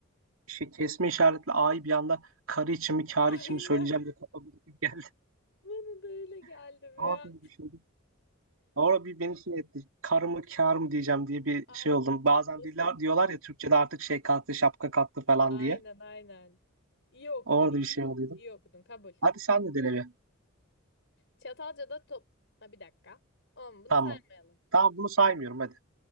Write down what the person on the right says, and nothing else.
şey, kesme işaretli A'yı bir anda karı için
mi kârı
için mi söyleyeceğim diye kafam bir geldi.
<laughs>
Ama bir düşündüm. Ama bir beni şey etti. Kar mı kâr mı diyeceğim diye bir
şey oldum. Bazen
diller, diyorlar ya Türkçe'de artık şey kalktı, şapka kalktı falan
diye.
Orada
bir şey oluyordu.
Hadi sen de dene bir.
Tamam.
Tamam bunu saymıyorum hadi.